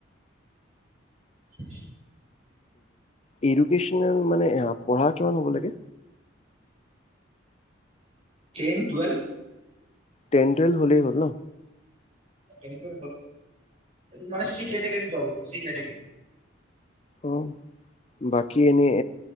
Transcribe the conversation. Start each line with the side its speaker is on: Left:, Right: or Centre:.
Right: <inaudible>
Left: এডুকেনেল মানে পঢ়া কিমান হ'ব লাগে।
Right: টেন, টুৱেলভ
Left: টেন, টুৱেলভ হলেই হ'ল ন।
Right: এইটো মানেৰী যাবৰী।
Left: অ'। বাকী এনেই